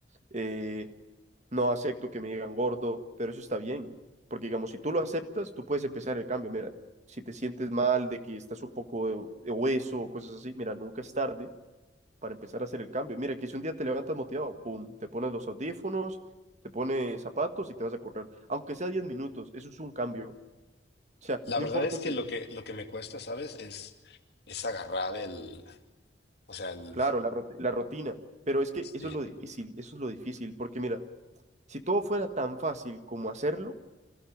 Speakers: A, on the right; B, on the left.
A: eh, no acepto que me digan gordo, pero eso está bien. Porque, digamos, si tú lo aceptas, tú puedes empezar el cambio. Mira, si te sientes mal de que estás un poco de, de hueso o cosas así, mira, nunca es tarde para empezar a hacer el cambio. Mira, que si un día te levantas motivado, pum, te pones los audífonos, te pones zapatos y te vas a correr. Aunque sea 10 minutos, eso es un cambio. O sea,
B: La
A: no
B: verdad
A: importa.
B: es que
A: si
B: lo que lo que me cuesta, ¿sabes? Es es agarrar el, o sea, el
A: Claro, la, rut- la rutina, pero es que eso
B: eh,
A: es lo difícil, eso es lo difícil, porque mira, si todo fuera tan fácil como hacerlo,